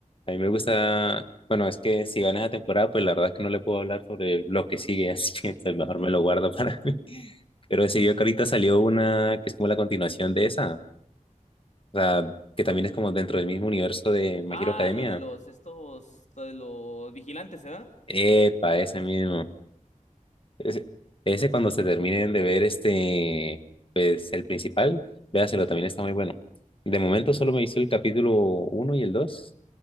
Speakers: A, on the left (about 40°); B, on the left (about 60°).
A: A mí me gusta... Bueno, es que si gana esa temporada, pues la verdad es que no le puedo hablar sobre lo que sigue, <laughs> así que pues, mejor
B: <laughs>
A: me lo guardo para mí. Pero sí, yo que ahorita salió una que es como la continuación de esa. O sea, que también es como dentro del mismo universo de My
B: Ah,
A: Hero Academia.
B: lo de los, estos, lo de los vigilantes, ¿verdad?
A: Epa, ese mismo. Ese, ese cuando se terminen de ver este, pues el principal, véaselo, también está muy bueno. De momento solo me hizo el capítulo uno y el dos